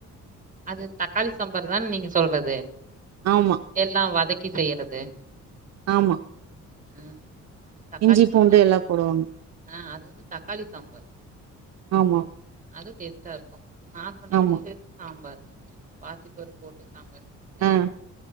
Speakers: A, on the right; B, on the right.
A: அது தக்காளி சாம்பார் தான நீங்க சொல்றது
B: ஆமா
A: எல்லா வதக்கி செய்யறது
B: ஆமா
A: அ தக்காளி
B: இஞ்சி
A: சாம்பார்
B: பூண்டு எல்லா போடுவாங்க
A: ஆ அது வந்து தக்காளி சாம்பார்
B: ஆமா
A: அதுவு டேஸ்ட்டா இருக்கூ நா சொன்னது
B: ஆமா
A: வெறு சாம்பார் பாசி பருப் போட்டு சாம்பார் லயா
B: ஆ